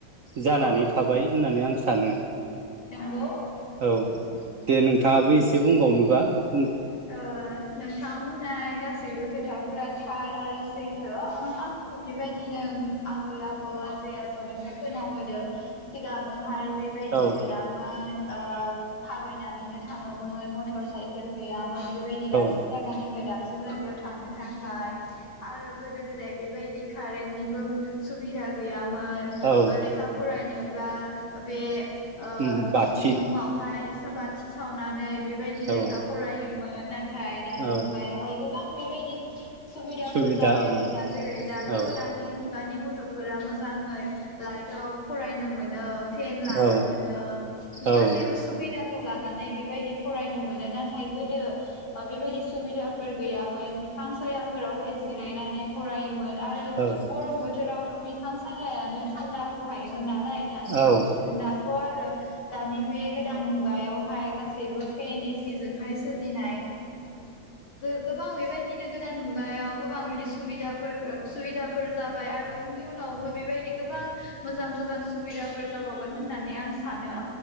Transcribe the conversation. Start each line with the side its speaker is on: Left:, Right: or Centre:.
Right: जानानै
Left: औ
Right: थाबाय होननानै आं स सानो
Left: नंगौ ।
Right: औ दे नोंथाङाबो एसे बुंबावनोबा ।
Left: ओ नोंथां बुंनाय गासैबो खोथ था फोरा थार आरो सैथो आंखौ बेबायदिनो आबै आबौ आजै आजौनिफ्राय खोनाबोदों सिगाङोहाय बेबायदि
Right: औ
Left: गैयामोन ओ थाबायनानैनो थां थांङोमोन मथर साइकेल गैया बेबायदि दाबसे
Right: औ
Left: जायगानिफ्राय दाबसे जागायाव थांनो थाखाय आरो गोदो गोदाय बेबायदि कारेन्टनिबो सुबिदा गैया मोन
Right: औ
Left: ओ लेखा फरायनो ब्ला बे ओ
Right: उम बाथि
Left: ममावहाय बाथि सावनानै बेबायदि
Right: औ
Left: लेखा योमोन नाथाय दानि
Right: औ
Left: मुगायावहाय गोबां गोबां बेबायदि सुबिदाफोर
Right: सुबिदा
Left: जाबाय
Right: ओं
Left: आरो ना जेरै दाथ'
Right: औ
Left: दानि मुगानि थ'फोरा मोजाङै लाइटआव फरायनो मोनो। फेन लानो
Right: औ
Left: मोनो जो जो
Right: औ
Left: गासैबो
Right: औ
Left: सुबिदा खौ लानानै बेबायदि फरायनो मोनो नाथ थाय गोदो ओ बेबायदिस सुबिदाफोर गैयामोन बिफ फां सायाफोरावहाय ज जिरायनानै फरायोमोन। आरो
Right: औ
Left: गरम बोथोराव थ' बिफां सायायानो थान्दा होखायोमोन नाला नाय दा
Right: औ
Left: दाथ' आरो दानि बे गोदान मुगायावहाय गासैबो फेन एस सिजोंहाय सोलिनाय गो गोबां बेबायदिनो गोदान मुगायाव अ गोबां बिदि सुबिदाफोर गोब सुबिदाफोर जाबाय आरो उयनि इयुनावबो बेबायदि गोबां मोजां मोजां सुबिदाफोर जाबावगोन होननानै आं सानो।